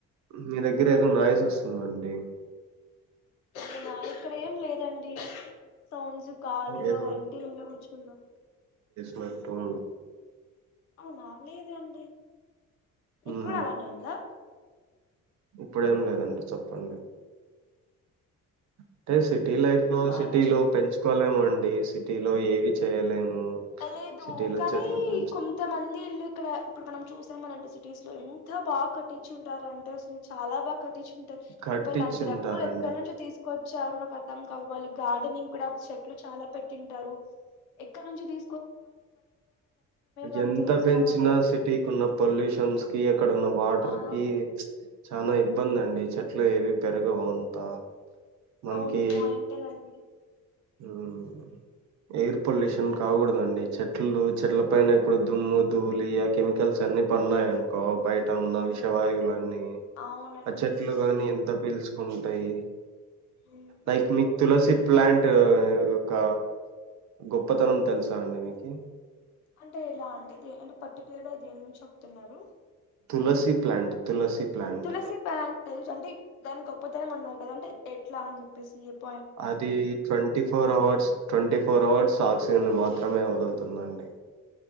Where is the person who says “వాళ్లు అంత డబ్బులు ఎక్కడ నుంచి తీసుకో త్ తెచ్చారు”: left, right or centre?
Left